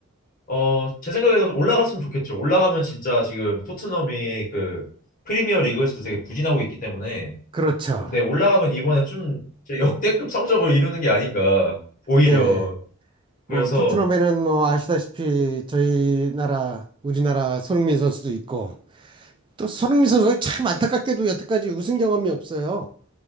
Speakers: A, on the left; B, on the right.
A: 어, 제 생각에도 올라갔으면 좋겠죠. 올라가면 진짜 지금 토트넘이 그 프리미어 리그에서도 되게 부진하고 있기 때문에
B: 그렇죠.
A: 네, 올라가면 이번에 좀 진짜 역대급 성적을 이루는 게 아닌가 오히려.
B: 예.
A: 그래서
B: 뭐 토트넘에는 뭐 아시다시피 저희 나라 우리나라 손흥민 선수도 있고 또 손흥민 선수가 참 안타깝게도 여태까지 우승 경험이 없어요.